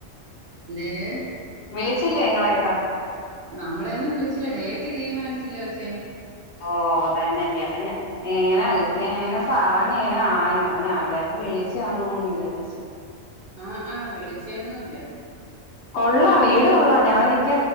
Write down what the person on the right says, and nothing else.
എന്തേര്
നമ്മളെയൊന്നും വിളിച്ചില്ല, ഡേറ്റ് തീരുമാനിച്ചില്ലേ കൊച്ചേ
ആഹ് ആഹ് വിളിച്ചേന്നുംല്ല